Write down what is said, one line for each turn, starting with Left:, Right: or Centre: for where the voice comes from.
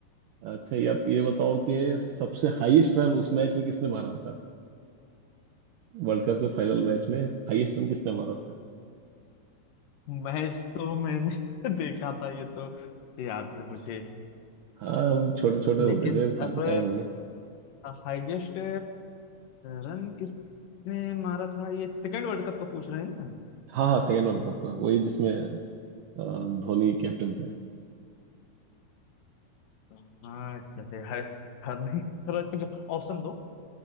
Right: अच्छा ये आप ये बताओ कि सबसे हाईएस्ट रन उस मैच में किसने मारा था वर्ल्ड कप के फाइनल मैच में हाईएस्ट रन किसने मारा था
Left: मैच तो मैंने <laughs> देखा था ये तो याद है मुझे
Right: हाँ हम छोटे छोटे होते
Left: लेकिन
Right: थे काफी
Left: अब
Right: टाइम हो गया
Left: हाईएस्ट रन किसने मारा था ये सेकेंड वर्ल्ड कप का पूछ रहे हैं ना
Right: हाँ हाँ सेकेंड वर्ल्ड कप हाँ, वही जिसमें अ, धोनी कैप्टन थे
Left: हाँ इसका तो यार यार नहीं थोड़ा कुछ ऑप्शन दो